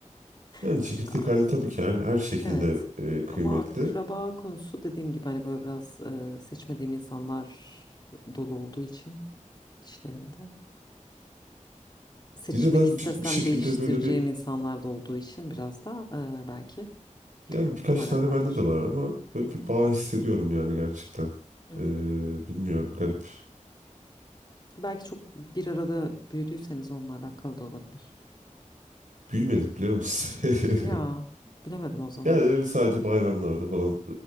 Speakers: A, on the right (about 80°); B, on the left (about 35°).
A: Yani
B: <laughs>
A: çekirdek
B: Aa.
A: hali tabii ki her, her şekilde
B: Evet.
A: e, kıymetli.
B: Ama akraba konusu dediğim gibi hani böyle biraz e, seçmediğim insanlar dolu olduğu için içlerinde. Seçmek
A: Bir de ben
B: istesem
A: bir, bir şekilde
B: değiştireceğim
A: böyle bir
B: insanlar da olduğu için biraz da e, belki
A: yani birkaç
B: onunla alakalıdır.
A: tane bende de var ama böyle
B: Hı
A: bir
B: hı,
A: bağ hissediyorum yani gerçekten.
B: hı hı.
A: E, bilmiyorum garip.
B: Belki çok bir arada büyüdüyseniz onunla alakalı da olabilir.
A: Büyümedik biliyor musun?
B: Ya
A: <laughs>
B: bilemedim o zaman.
A: Yani öyle sadece bayramlarda falan